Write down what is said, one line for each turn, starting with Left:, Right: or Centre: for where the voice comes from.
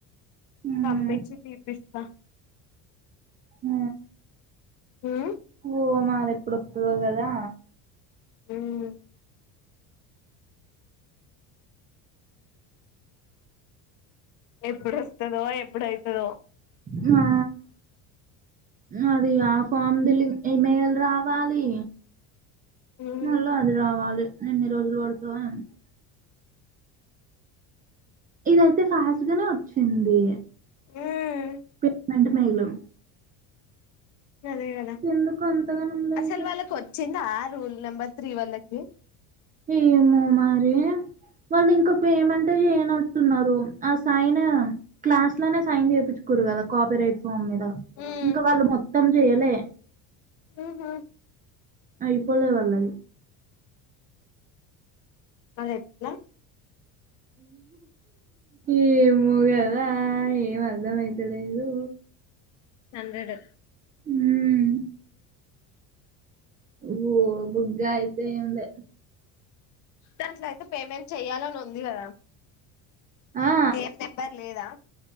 Right: మ్మ్
Left: పంపించి తీపిస్తా
Right: హ
Left: ఉమ్
Right: ఓ మాది ఎప్పుడోత్తదో కదా
Left: ఉమ్ ఎప్పుడొస్తదో ఎప్పుడైతదో
Right: హా అది ఆ ఫామ్ దిలిం ఈమెయిల్ రావాలి
Left: మ్మ్
Right: ముళ్ళు అది రావాలి ఎన్ని రోజులు పడతాడో ఏంటో ఇదయితే ఫాస్ట్ గానే వచ్చింది
Left: ఉమ్
Right: పేమెట్ మేలు
Left: అదే కదా
Right: ఎందుకు అంతగనం లేట్
Left: అసలు వాళ్ళకు వచ్చింద రూల్ నంబర్ త్రీ వాళ్ళకి
Right: ఏమో మరి వాళ్ళు ఇంక పేమెంట్ చేయనట్టున్నారు ఆ సైన్ క్లాస్ లోనే సైన్ చేపిచుకో రు కదా కాపీరైట్ ఫామ్ మీద
Left: మ్మ్
Right: ఇంకా వాళ్ళు మొత్తం చెయలే
Left: ఉహు
Right: ఐపోలే వాళ్ళది
Left: మరి ఎట్ల
Right: ఏమో కదా ఏం అర్ధం ఐతలేదు
Left: సల్లేడు
Right: మ్మ్ అబో బుగ్గ అయితే ఏం లే
Left: దాంట్ల అయితే పేమెంట్ చెయాలని ఉంది కదా
Right: ఆ
Left: ఏం నెంబర్ లేదా